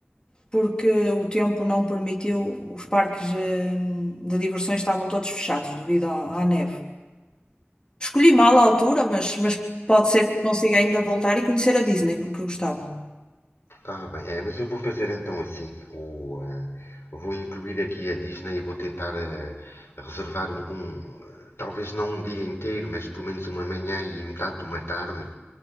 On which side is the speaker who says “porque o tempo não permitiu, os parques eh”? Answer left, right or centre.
Left